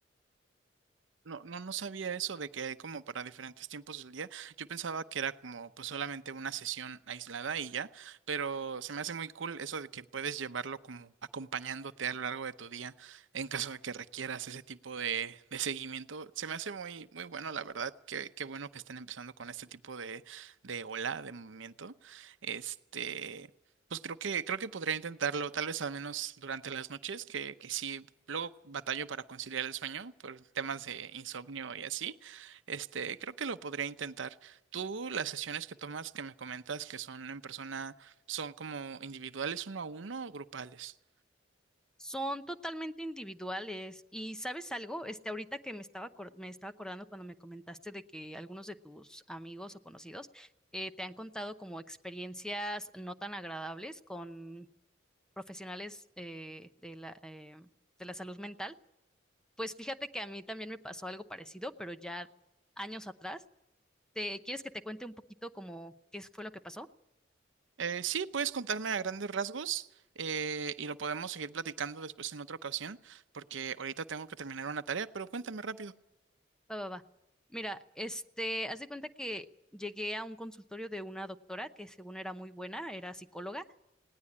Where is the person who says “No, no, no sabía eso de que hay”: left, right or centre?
Right